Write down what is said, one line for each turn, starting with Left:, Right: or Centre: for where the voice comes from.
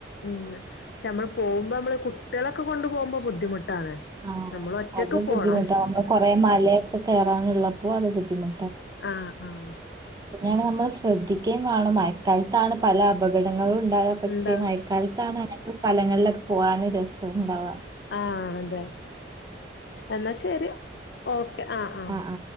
Left: ഉം പക്ഷെ നമ്മള് പോകുമ്പോ നമ്മള് കുട്ടികളൊക്കെ കൊണ്ടു പോകുമ്പോ ബുദ്ധിമുട്ടാണ്.
Right: ആഹ്
Left: നമ്മൾ ഒറ്റക്ക്
Right: അത്
Left: പോണം
Right: ബുദ്ധിമുട്ട നമ്മള് കൊറേ മലയൊക്കെ കേറാനുള്ളപ്പോ അത് ബുദ്ധിമു
Left: ആഹ് ആഹ്
Right: അതിനാണ് നമ്മൾ ശ്രദ്ധിക്കേയും വേണം മയക്കാലത്താണ് പല അപകടങ്ങളും ഉണ്ടായ പക്ഷേ
Left: ഉണ്ടാവും
Right: മയ ക്കാലത്താണ് അങ്ങനത്തെ സ്ഥലങ്ങളിലൊക്കെ പോകാൻ രസമുണ്ടാവ.
Left: ആഹ് അതെ എന്നാ ശരി ഓക്കെ ആഹ് ആഹ്
Right: ആ ആ